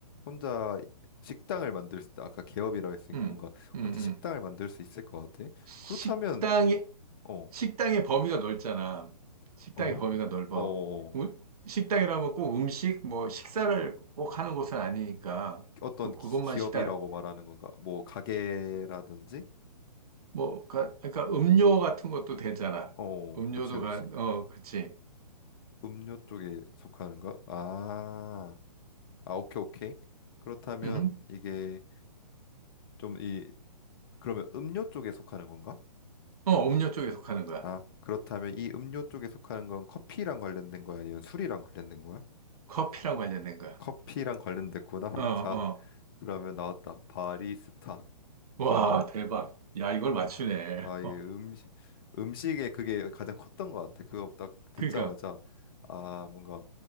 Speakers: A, on the left; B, on the right.
A: 혼자 식당을 만들 수 있다. 아까 개업이라고 했으니까
B: 음,
A: 뭔가
B: 음,
A: 혼자
B: 음.
A: 식당을 만들 수 있을 것 같아.
B: 식당에,
A: 그렇다면 어,
B: 식당의 범위가 넓잖아. 식당의
A: 어,
B: 범위가 넓어.
A: 어,
B: 우- 식당이라면 꼭 음식, 뭐, 식사를 꼭 하는 곳은 아니니까,
A: 어떤
B: 그,
A: 기-
B: 그것만
A: 기업이라고
B: 식당,
A: 말하는 건가? 뭐 가게라든지?
B: 뭐, 가- 그러니까 음료 같은 것도 되잖아.
A: 어,
B: 음료도
A: 그렇지, 그렇지.
B: 가, 어, 그치.
A: 음료 쪽에 속하는가? 아, 아, 오케이, 오케이. 그렇다면
B: 음
A: 이게 좀 이, 그러면 음료 쪽에 속하는 건가?
B: 어, 음료 쪽에 속하는 거야.
A: 아, 그렇다면 이 음료 쪽에 속하는 건 커피랑 관련된 거야? 아니면 술이랑 관련된 거야?
B: 커피랑 관련된 거야.
A: 커피랑 관련됐구나. <laughs>
B: 어, 어.
A: 자, 그러면 나왔다. 바리스타.
B: 와, 대박. 야, 이걸 맞추네.
A: 아,
B: <laughs>
A: 이게 음식, 음식에 그게 가장 컸던 것 같아. 그거 딱 듣자마자,
B: 그러니까,
A: 아, 뭔가